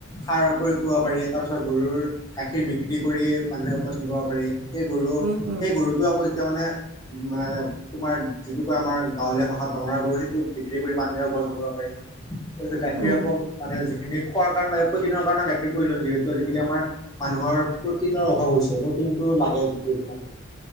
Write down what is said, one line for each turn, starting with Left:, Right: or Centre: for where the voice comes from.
Left: সাৰ প্ৰয়োগ কৰিব পাৰি তাৰ পিছত গৰুৰ গাখীৰ বিক্ৰী কৰি মানুহে উপাৰ্জন কৰিব পাৰি সেই গৰু
Right: উম উম
Left: সেই গৰুটো আকৌ যেতিয়া মানে মানে তোমাৰ যিটোকে আমাৰ গাঁৱলীয়া ভাষাত দমৰা গৰু সেইটো বিক্ৰী কৰি মানুহে উপাৰ্জন কৰিব পাৰি তাৰপিছত গাখীৰ
Right: উম
Left: আকৌ মানে যিখিনি খোৱাৰ কাৰ প্ৰটিনৰ কাৰণে গাখীৰ প্ৰয়োজন যিহেতু আজিকালি আমাৰ মানুহৰ প্ৰটিনৰ অভাৱ হৈছে আগ দিনটো লাগে যিহেতু মানুত